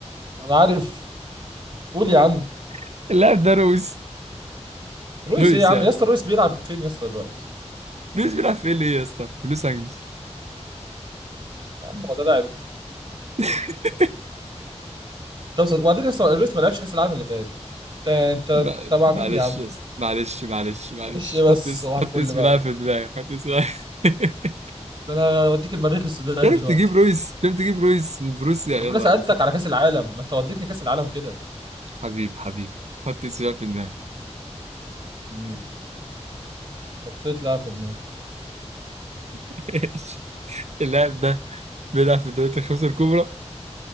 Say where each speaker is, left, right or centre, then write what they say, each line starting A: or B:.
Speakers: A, on the right; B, on the right.
A: انا عارف قول يا عم
B: <laughs> اللاعب ده رويس
A: رويس
B: رويس
A: ايه يا عم
B: يعني
A: يا اسطى رويس بيلعب فين يا اسطى دلوقتي
B: رويس بيلعب في ال ايه يا اسطى في لوس انجلوس
A: يا عم هو ده لاعب
B: <laughs>
A: خمسة- وبعدين يا اسطى رويس ما لعبش كاس العالم اللي فات انت انت
B: ما-
A: تبع
B: معلش
A: مين يا عم
B: يا اسطى معلش معلش معلش
A: معلش ايه بس
B: حط اسم
A: صباح الفل
B: حط اسم
A: بقى
B: لاعب في دماغك حط اسم لاعب. <laughs>
A: ده انا اوديك المريخ السوداني
B: عرفت
A: دلوقتي
B: تجيب رويس عرفت تجيب رويس من بروسيا يلا
A: طب ما انا سالتك على كاس العالم ما انت وديتني كاس العالم كده
B: حبيب حبيب حط اسم لاعب في دماغك
A: امم حطيت لاعب في دماغي
B: <laughs> ايش اللاعب ده بيلعب في الدوريات الخمسة الكبرى